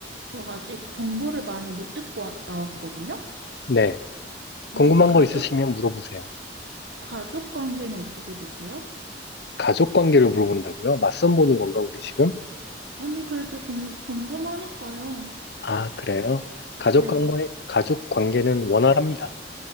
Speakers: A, on the right (about 70°); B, on the left (about 65°).
A: 저 아직 정보를 많이 못 듣고 와- 나왔거든요?
B: 네. 궁금한
A: 음, 가족,
B: 거 있으시면 물어보세요.
A: 가족 관계는 어떻게 되세요?
B: 가족 관계를 물어본다고요? 맞선 보는 건가, 우리 지금?
A: 언니, 그래도 궁, 궁금하니까요.
B: 아, 그래요? 가족
A: 네.
B: 관계, 가족 관계는 원활합니다.